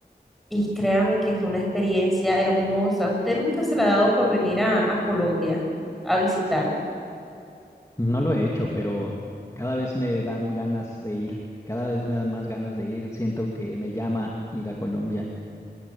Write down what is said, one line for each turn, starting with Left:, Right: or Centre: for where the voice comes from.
Centre: y créame que fue una experiencia hermosa. ¿Usted nunca se le ha dado por venir a, a Colombia a visitar?
Left: No lo he hecho, pero cada vez me dan ganas de ir, cada vez me dan más ganas de ir, siento que me llama ir a Colombia.